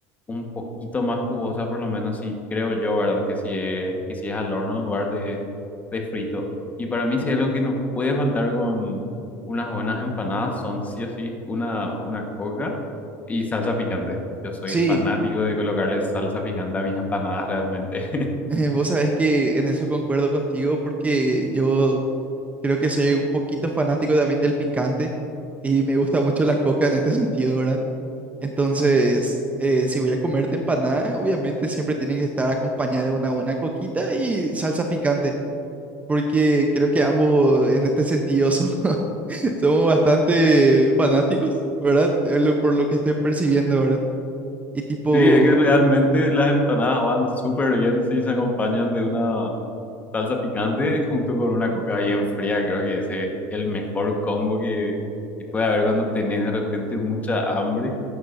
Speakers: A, on the left; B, on the right.
A: un poquito más jugosas, por lo menos si creo yo, ¿verdad? Que si es, que si es al horno en lugar de, de frito. Y para mí si es algo que no puede faltar con unas buenas empanadas, son sí o sí una, una coca y salsa picante. Yo soy
B: Sí,
A: fanático de colocarle salsa picante a mis empanadas realmente.
B: <laughs> vos sabés que en eso concuerdo contigo porque yo creo que soy un poquito fanático también del picante y me gusta mucho la coca en este sentido, ¿verdad? Entonces, eh, si voy a comerte empanada, obviamente siempre tiene que estar acompañada de una buena coquita y salsa picante, porque creo que ambos en este sentido so- <laughs> somos bastante fanáticos, ¿verdad? Eh, lo- Por lo que estoy percibiendo, ¿verdad? Y tipo,
A: Sí, es que realmente las empanadas van súper bien si se acompañan de una salsa picante junto con una coca bien fría. Creo que ese es el mejor combo que, que puede haber cuando tenés de repente mucha hambre.